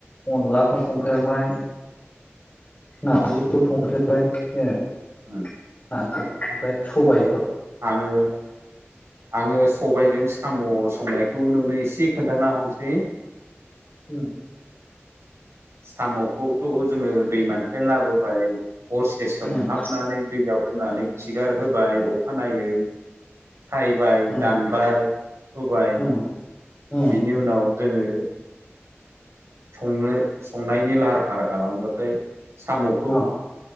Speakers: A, on the left; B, on the right.
A: अनलाखौ संफेरबाय नारजिखौ संफेरबाय जेनेबा
B: उम
A: ओमफ्राय सबाय
B: आङो आङो सबायाइजों साम' संनायखौ नोंनो एसे खोन्थाना हमनोसै
A: <inaudible>
B: साम'खौ थ' जोङो दैमानिफ्रायनो लाबोबाय हरसे सोमहाबनानै
A: ओम
B: दैयाव दोननानै खिगार होबाय अ खानायै सायबाय
A: ओम
B: दानबाय हुबाय
A: उम उम
B: बिनि उनाव जोङो संनो संनायनि लाहार फाहार खालामबाथाय साम'खौ
A: औ